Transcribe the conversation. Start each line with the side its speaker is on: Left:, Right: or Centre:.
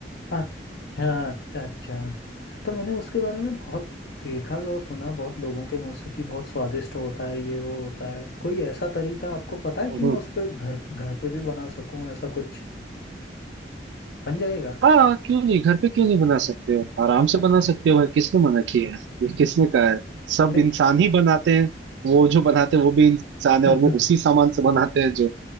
Left: अच्छा अच्छा अच्छा तो मैंने उसके बारे में बहुत देखा और सुना बहुत लोगों के मुंह से कि बहुत स्वादिष्ट होता है ये वो होता है कोई ऐसा तरीका आपको पता है
Right: हम्म।
Left: कि मैं उस पर घर घर पे भी बना सकूं ऐसा कुछ बन जाएगा
Right: हाँ क्यों नहीं घर पे क्यों नहीं बना सकते हो आराम से बना सकते हो भाई किसने मना किया है ये किसने कहा है सब
Left: ले
Right: इंसान ही बनाते हैं वो जो बनाते हैं वो भी इंसान
Left: <laughs>
Right: है और वो उसी सामान से बनाते हैं जो